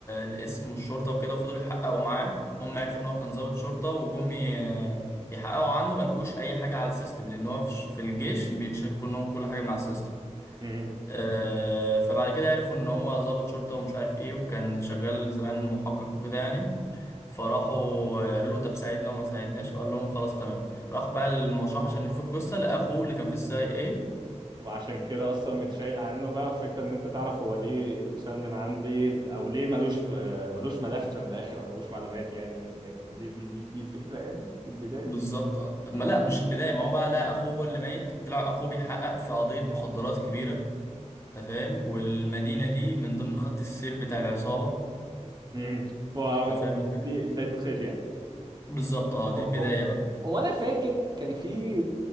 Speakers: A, on the left (about 20°); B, on the right (about 35°).
A: الاسم والشرطه وكده وفضلوا يحققوا معاه المهم عرفوا ان هو كان ضابط شرطه وجم ي- يحققوا عنه ما لقوش اي حاجه على السيستم لان هو في الش- في الجيش بيتشال كلهم كل حاجه من على السيستم
B: مم.
A: آه، فبعد كده عرفوا ان هو ضابط شرطة ومش عارف ايه وكان شغال زمان محقق وكده يعني فراحوا قالوا له طب ساعدنا وما ساعدناش قال لهم خلاص تمام راح بقى المشرحة عشان يشوف الجثة لأخوه اللي كان في السي اي اي
B: وعشان كده اصلا متشايل عنه بقى الفكره ان انت تعرف هو ليه اتشال من عن ليه او ليه ملوش في ملوش ملف من الاخر او ملوش معلومات يعني من الاخر دي دي دي, دي الفكره يعني دي البدايه
A: بالظبط آه. ما
B: مم.
A: لا مش البداية ما هو بقى لا أخوه هو اللي ميت طلع أخوه بيحقق في قضية مخدرات كبيرة أنت فاهم والمدينة دي من ضمن خط السير بتاع العصابة
B: مم. ف
A: أنت فاهم الفكرة
B: دي بدايه الخيط يعني
A: بالظبط اه دي
B: هو
A: البداية
B: هو-
A: بقى
B: هو انا فاكر كان في